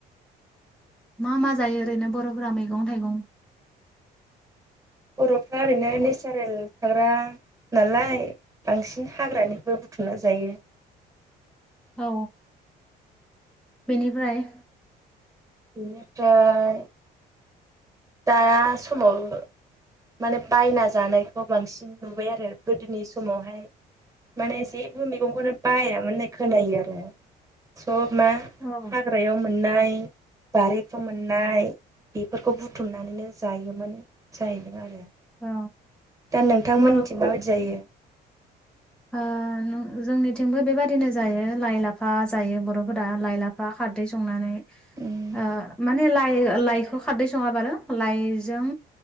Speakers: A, in the centre; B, on the right.
A: मा मा जायो ओरैनो बर'फोरा मैगं थाइगं?
B: बर'फ्रा ओरैनो नेसारेल थाग्रा नालाय बांसिन हाग्रानिफ्राय बुथुमना जायो
A: औ बेनिफ्राय
B: बिनिफ्राय दा समाव माने बायना जानायखौ बांसिन नुबाय आरो गोदोनि समावहाय माने जेबो मैगंखौनो बायामोन होननाय खोनायो आरो सब मा
A: औ
B: ग्रायाव मोननाय बारिफ्राव मोननाय बेफोरखौ बु थुमनानैनो जायोमोन जाहैदों आरो।
A: औ
B: दा नोंथांमोननिथिं
A: बर' ओ
B: माबायदि जायो?
A: ओ नों जोंनिथिंबो बेबादिनो जायो लाइ लाफा जायो बर'फोरा लाइ लाफा खारदै संनानै
B: उम
A: ओ माने लाइ लाइखौ खारदै सङाबा आरो लाइजों